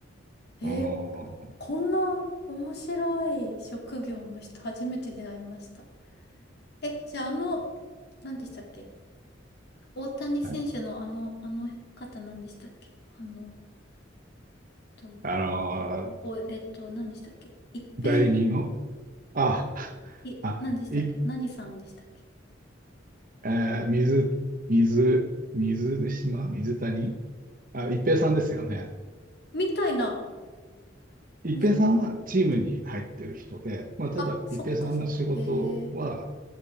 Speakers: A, on the left; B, on the right.
A: えー、
B: うん。は
A: こんな面白い職業の人初めて出会いました。え、じゃああの、何でしたっけ大谷選手のあの、
B: い。
A: あの方何でしたっけあの、えっと、
B: あの、
A: お、えっと、何でしたっけ一平、
B: 代理人を、あ、
A: い、
B: あ、
A: 何でしたっけ何さんでしたっけ
B: い、えー水、水、水島、水谷、あ、一平さんですよね。
A: みたいな、
B: 一平さんはチームに入ってる人で、
A: に、みたいな。
B: まあ、ただ、
A: あ、そっかそっか。
B: 一平さんの仕事は、
A: へえ。